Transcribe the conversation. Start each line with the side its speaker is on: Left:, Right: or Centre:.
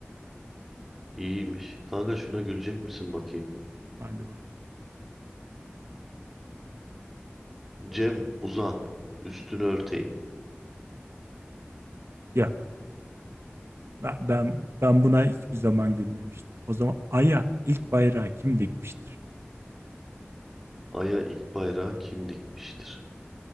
Centre: İyiymiş. Kanka şuna gülecek misin bakayım?
Right: Haydi bak.
Centre: Cem uzan. Üstünü örteyim.
Right: Yok. Ben, ben, ben buna hiçbir zaman gülmemiştim. O zaman Ay'a ilk bayrağı kim dikmiştir?
Centre: Ay'a ilk bayrağı kim dikmiştir?